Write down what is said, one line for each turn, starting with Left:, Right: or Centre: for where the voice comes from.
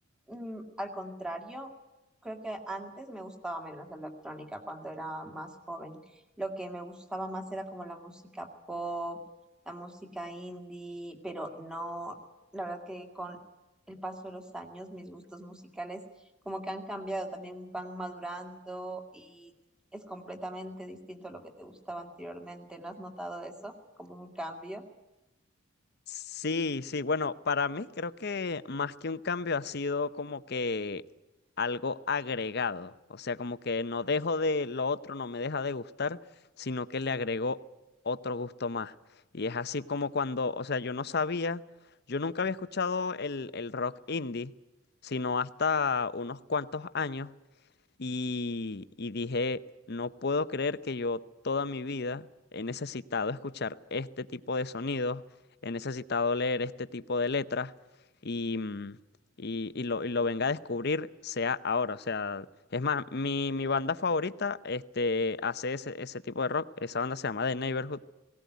Centre: mm, al contrario, creo que antes me gustaba menos la electrónica cuando era más joven. Lo que me gustaba más era como la música pop, la música indie, pero no, la verdad que con el paso de los años mis gustos musicales como que han cambiado, también van madurando y es completamente distinto a lo que te gustaba anteriormente. ¿No has notado eso? Como un cambio.
Left: Sí, sí, bueno, para mí creo que más que un cambio ha sido como que algo agregado, o sea, como que no dejo de lo otro, no me deja de gustar, sino que le agregó otro gusto más. Y es así como cuando, o sea, yo no sabía, yo nunca había escuchado el, el rock indie, sino hasta unos cuantos años. Y, y dije, no puedo creer que yo toda mi vida he necesitado escuchar este tipo de sonidos, he necesitado leer este tipo de letras y, mm, y, y lo, y lo venga a descubrir sea ahora. O sea, es más, mi, mi banda favorita este, hace ese, ese tipo de rock, esa banda se llama The Neighborhood